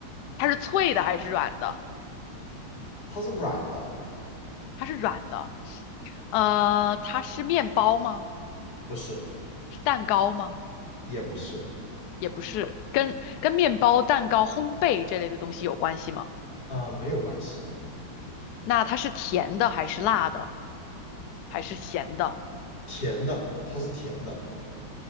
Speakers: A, on the left; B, on the left.
A: 它是脆的还是软的？
B: 它是软的。
A: 它是软的。呃，它是面包吗？
B: 不是，
A: 是蛋糕吗？
B: 也不是，
A: 也不是，跟跟面包、蛋糕、烘焙这类的东西有关系吗？
B: 啊，没有关系。
A: 那它是甜的还是辣的还是咸的？
B: 甜的，它是甜的，